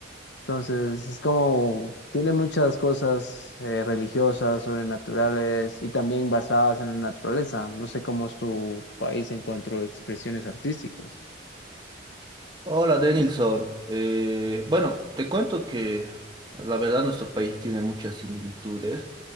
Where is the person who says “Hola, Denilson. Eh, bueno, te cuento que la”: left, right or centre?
Right